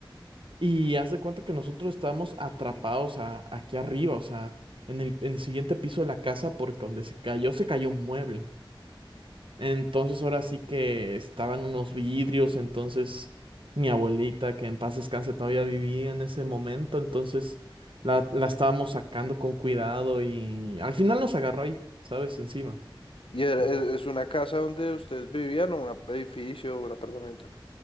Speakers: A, on the right; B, on the left.
A: y haz de cuenta que nosotros estábamos atrapados a- aquí arriba, o sea, en el, en el siguiente piso de la casa porque donde se cayó, se cayó un mueble. Entonces ahora sí que estaban unos vidrios, entonces mi abuelita, que en paz descanse, todavía vivía en ese momento, entonces la, la estábamos sacando con cuidado y al final nos agarró ahí, ¿sabes? Encima.
B: ¿Y era-
A: No,
B: e- es una casa donde ustedes vivían o un edificio o un apartamento?